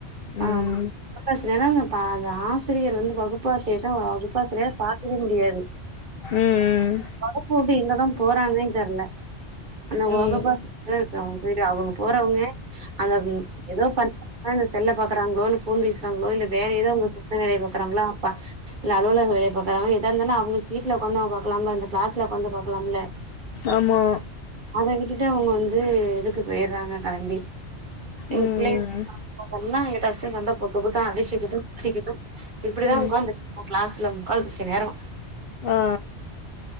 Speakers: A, on the right; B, on the left.
A: அ
B: ம்
A: புழுங்கல் அரிசி பாதாஸ் ஆசிரியர் வந்து வகுப்பாசிரியர் தான் வகுப்பாசிரியா பாக்கவே முடியாது
B: ம் ம்
A: வகுப்பு உட்டு எங்கதா போறாங்கன்னே தெர்ல ஆனா
B: ம்
A: வகுப்பாசி தல எழுத்து அவுங்க போயிட்டு அவுங்க போறவங்க அந்த ம் எதோ பண் ஒக்காந்து செல்ல பாக்குறாங்களோ இல்ல ஃபோன் பேசுறாங்களோ இல்ல வேற எதாவது உங்க சொந்த வேலைய பாக்குறாங்களா அப்பா இல்ல அலுவலகோ கடையாதுப்பா காலைல எட்டாவுதுனா அவுங்க சீட்ல ஒக்காந்தா பாக்கலாம்ல இல்ல கிளாஸ்ல ஒக்காந்து பாக்கலாம்லே
B: ஆமா
A: அத விட்டுட்டு அவுங்க வந்து எதுக்கு செய்யறாங்க கெளம்பி எங்க
B: ம்
A: பிள்ளை
B: ம்
A: இப்ப சொன்னா எதாச்சு சண்ட போட்டுக்கிட்டு அடிச்சுகிட்டு திட்டிகிட்டோ இப்படிதா
B: ம்
A: ஒக்காந்துட்ருப்போ கிளாஸ்ல முக்கால் வாசிநேரோ
B: ஆ